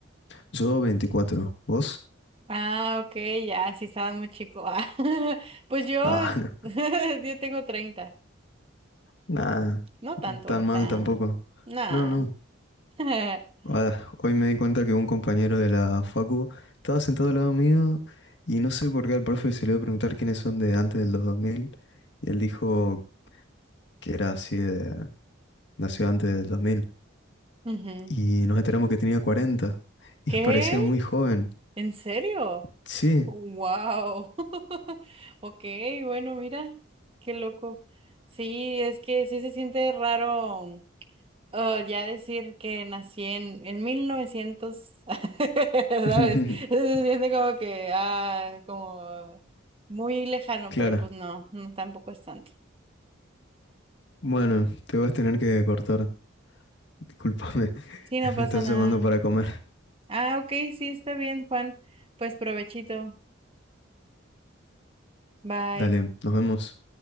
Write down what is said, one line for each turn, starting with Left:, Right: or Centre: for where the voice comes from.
Left: Yo 24, ¿vos?
Right: Ah, ok, ya, sí estabas muy chico. Ah, <laughs> pues yo,
Left: Ah,
Right: es-
Left: <laughs>
Right: <laughs>
Left: no,
Right: yo tengo 30.
Left: nada,
Right: No tanto,
Left: tan
Right: o
Left: mal
Right: sea,
Left: tampoco.
Right: nada.
Left: No, no.
Right: <laughs>
Left: Ah, hoy me di cuenta que un compañero de la facu estaba sentado al lado mío y no sé por qué al profe se le iba a preguntar quiénes son de antes del 2000 y él dijo que era así de, nació antes del 2000
Right: Ujú.
Left: y nos enteramos que tenía 40 y
Right: ¿Qué?
Left: <laughs> parecía muy joven.
Right: ¿En serio?
Left: Sí,
Right: Wow. <laughs> Ok, bueno, mira, qué loco. Sí, es que sí se siente raro ah, ya decir que nací en, en 1900 <laughs> ¿sabes?
Left: <laughs>
Right: Se siente como que, ah, como muy lejano,
Left: claro.
Right: pero pues no, no, tampoco es tanto.
Left: Bueno, te vas a tener que cortar. Discúlpame, <laughs>
Right: Sí, no pasa
Left: me estás
Right: nada.
Left: llamando para comer.
Right: Ah, ok, sí, está bien, Juan. Pues provechito. Bye.
Left: Dale, nos vemos.